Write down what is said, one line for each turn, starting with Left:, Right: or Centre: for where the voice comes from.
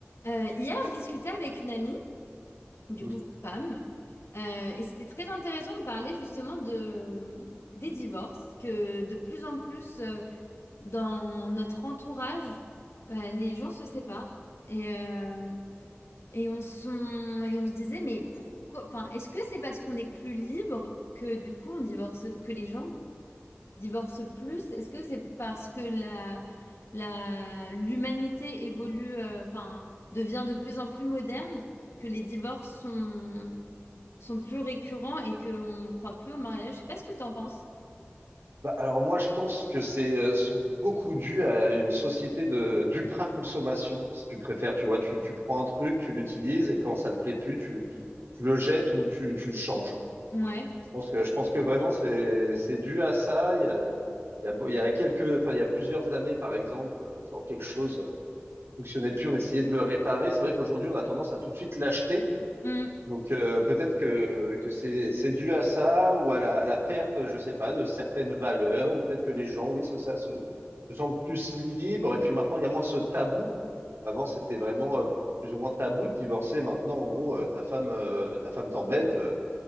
Left: Euh, hier, je discutais avec une amie, du
Right: Mhm.
Left: coup femme, euh, et c'était très intéressant. On parlait justement de, des divorces, que de plus en plus euh, dans notre entourage, bah, les gens se séparent. Et, euh, et, on, s'en- et on se disait, mais pourquoi? Enfin, est-ce que c'est parce qu'on est plus libre que du coup on divorce, que les gens divorcent plus, est-ce que c'est parce que la, la, l'humanité évolue, euh, enfin, devient de plus en plus moderne, que les divorces sont, sont plus récurrents et qu'on ne croit plus au mariage? Je sais pas ce que t'en penses.
Right: Bah, alors moi, je pense que c'est euh, s- beaucoup dû à une société de d'ultra-consommation, si tu préfères. Tu vois, tu, tu prends un truc, tu l'utilises et quand ça te plaît plus, tu, tu le jettes ou tu, tu le changes.
Left: Ouais.
Right: Je pense que, je pense que vraiment, c'est, c'est dû à ça. Il y a, il y a, beau- il y a quelques, enfin, il y a plusieurs années, par exemple, quand quelque chose fonctionnait plus, on essayait de le réparer. C'est vrai qu'aujourd'hui, on a tendance à tout de suite l'acheter.
Left: Mm.
Right: Donc euh, peut-être que, que c'est c'est dû à ça ou à la, à la perte, je sais pas, de certaines valeurs, ou peut-être que les gens, oui, c'est ça, se, se sentent plus libres. Et puis maintenant, il y a moins ce tabou. Avant, c'était vraiment euh, plus ou moins tabou de divorcer. Maintenant, en gros, euh, ta femme, euh, ta femme t'embête, euh,